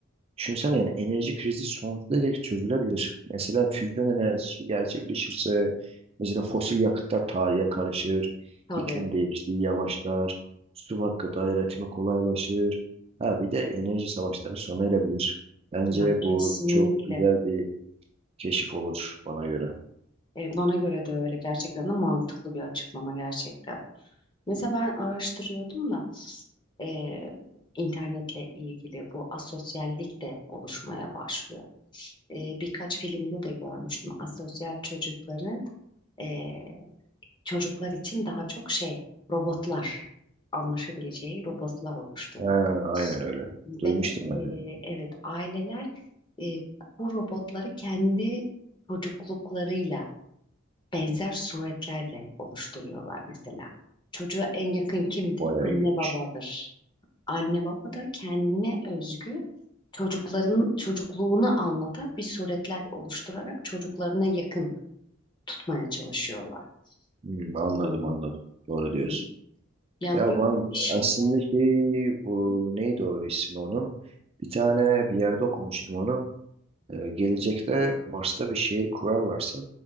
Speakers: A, on the right; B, on the left.
A: düşünsene yani enerji krizi sonsuza dek çözülebilir. Mesela füzyon enerjisi gerçekleşirse mesela fosil yakıtlar tarihe karışır,
B: Tabii.
A: iklim değişikliği yavaşlar, su ve gıda üretimi kolaylaşır. Ha bir de enerji savaşları sona erebilir. Bence
B: Ya
A: bu
B: kesinlikle.
A: çok güzel bir keşif olur bana göre.
B: Ee, bana göre de öyle gerçekten de mantıklı bir açıklama gerçekten. Mesela ben araştırıyordum da eee, internetle ilgili bu asosyallik de oluşmaya başlıyor. Eee, birkaç filmde de görmüştüm. Asosyal çocukların eee, çocuklar için daha çok şey robotlar anlaşabileceği robotlar oluşturuluyor.
A: Ha, aynen öyle.
B: Ve
A: Duymuştum
B: eee,
A: ben de.
B: evet aileler eee, bu robotları kendi çocukluklarıyla benzer suretlerle oluşturuyorlar mesela. Çocuğa en yakın kimdir?
A: Bayağı
B: Anne
A: iyiymiş.
B: babadır. Anne baba da kendine özgü çocukların çocukluğunu anlatan bir suretler oluşturarak çocuklarına yakın tutmaya çalışıyorlar.
A: Hmm, anladım
B: Hmm,
A: anladım. Doğru
B: hmm.
A: diyorsun.
B: Yani
A: Ya
B: böyle
A: ben
B: bir şeyler.
A: aslında şey bu neydi o ismi onun? Bir tane bir yerde okumuştum onu. Ee, gelecekte Mars'ta bir şehir kurarlarsa